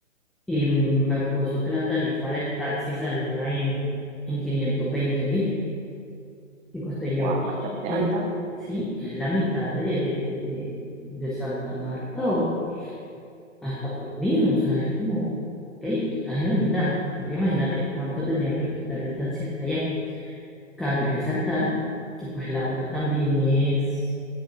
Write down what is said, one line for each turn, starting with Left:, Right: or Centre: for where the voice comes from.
Centre: y me puso que la tarifa del taxi salía en, en quinientos veinte mil. y Costeño
Right: wow,
Centre: Beach.
Right: bastante
Centre: Es-
Right: alta.
Centre: sí, es la mitad de, de, de, de- de Santa Marta o hasta Palomino, o sea, es como, hey, estás en la mitad. Ahora imagínate cuánto tenía que costar el taxi hasta allá. Cabe resaltar que pues la hora también es,